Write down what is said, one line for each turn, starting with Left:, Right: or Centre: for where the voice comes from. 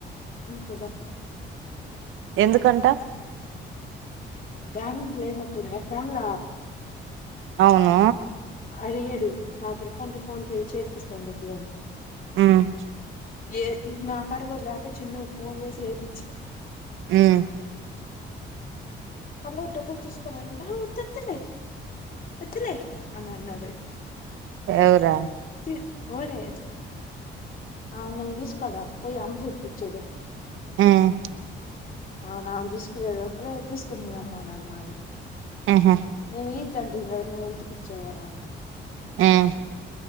Left: కూడా
Right: ఎందుకంట
Left: డ్యాన్స్ లేనట్టు ఉందా ఫోన్ల
Right: అవును
Left: అడిగాడు నా తప్ప అంటే ఫోన్ పే చేతికిసతను ుబ్లోని
Right: హ్మ్
Left: ఏ నా కాడకూడా లేక చిన్న ఫోన్ చేసి ఎపిచ్చ
Right: ఉమ్
Left: పర్లేదు డబ్బులు తీసుకోవాలంట ఆ వద్ద వద్దలే వద్దులే అని అన్నడు
Right: ఎవుర
Left: చి ఓడే అవునేన్ దీస్ కదా పో అమ్మ చెతికిచ్చేదే
Right: ఉమ్
Left: అవునాను తీసుకునే లోపలే తీసుకుంది అమ్మా నాన్నాల్లు
Right: ఉహు
Left: నేను ఈద్ తండ్రింగా నువ్ ఎంతకీచ్చావ్ అని అన్న
Right: ఉమ్